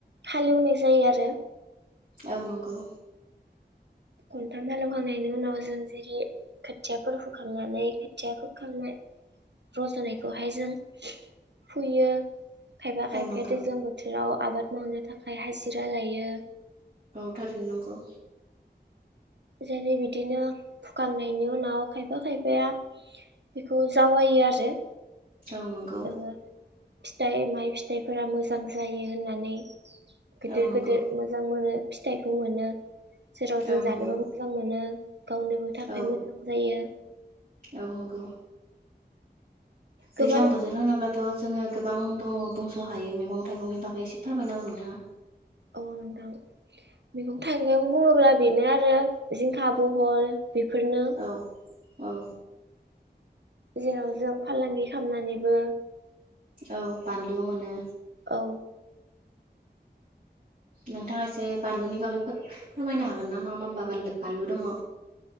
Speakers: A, on the right; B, on the right.
A: हालेवनाय जायो आरो
B: औ नंगौ
A: खन्थाम हालवखांनायनि उनाव जों जेरै खोथियाफोर फोखांनानै खोथिया फोखांनाय रज नायखौहाय जों फुयो खायफा
B: औ
A: खायफाया
B: नंगौ
A: दैज्लां बोथोराव आबाद मावनो थाखाय हाजिरा लायो
B: औ थारैनो नंगौ
A: जेरै बिदिनो फुखांनायनि उनाव खायफा खायफाया बेखौ जावायो आरो
B: औ नंगौ
A: ओ फिथाइ माइ फिथाइफोरा मोजां जायो होननानै गिदिर
B: औ नंगौ
A: गिदिर मोजां मोनो फिथाइखौ मोनो जेराव
B: औ
A: जों
B: नंगौ
A: जानोबो मोनो गावनोबो थाखाय
B: औ
A: मोजां जायो
B: औ नंगौ
A: गोबां
B: दैज्लां बोथोर होनोबा थ जोङो गोबां दङ बुंस हायो मैगं थाइगंनि बागै एसे फोरमायनांगौ नोंथाङा
A: औ नोंथां मैगं थाइगं बुङोब्ला बेनो आरो जिंखा बहल बेफोरनो
B: औ औ
A: जेराव जों फालांगि खालामनानैबो
B: औ बानलु मोनो
A: औ
B: नोंथाङा एसे बानलुनि बागै फोरमायनो हागोन ना मा मा मालु बानलु दङ